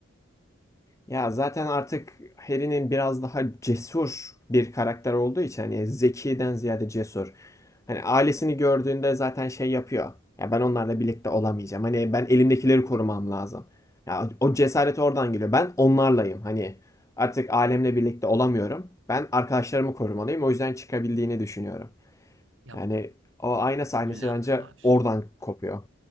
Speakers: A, on the left (about 15°); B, on the right (about 65°).
A: Ya zaten artık Harry'nin biraz daha cesur bir karakter olduğu için hani zekiden ziyade cesur. Hani ailesini gördüğünde zaten şey yapıyor. Ya ben onlarla birlikte olamayacağım. Hani ben elimdekileri korumam lazım. Ya o cesaret oradan geliyor. Ben onlarlayım. Hani artık ailemle birlikte olamıyorum. Ben arkadaşlarımı korumalıyım. O yüzden çıkabildiğini düşünüyorum.
B: Ya
A: Yani
B: bu
A: o ayna sahnesi
B: kabullenme
A: bence
B: var.
A: oradan kopuyor.